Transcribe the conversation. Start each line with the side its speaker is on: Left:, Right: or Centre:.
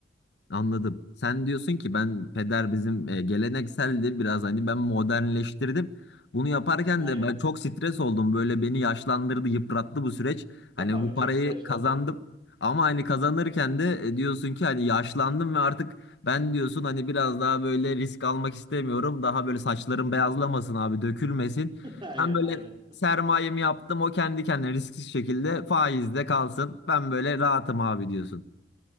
Left: Anladım. Sen diyorsun ki ben peder bizim e, gelenekseldi biraz hani ben modernleştirdim. Bunu yaparken
Right: Aynen.
Left: de ben çok stres oldum. Böyle beni yaşlandırdı, yıprattı bu süreç. Hani
Right: <laughs> Abi
Left: bu
Right: çok
Left: parayı
Right: yaşlandırdı.
Left: kazandım ama hani kazanırken de e, diyorsun ki hani yaşlandım ve artık ben diyorsun hani biraz daha böyle risk almak istemiyorum. Daha böyle saçlarım beyazlamasın abi, dökülmesin.
Right: <laughs> Aynen
Left: Ben böyle
Right: aynen.
Left: sermayemi yaptım. O kendi kendine risksiz şekilde faizde kalsın. Ben böyle rahatım abi diyorsun.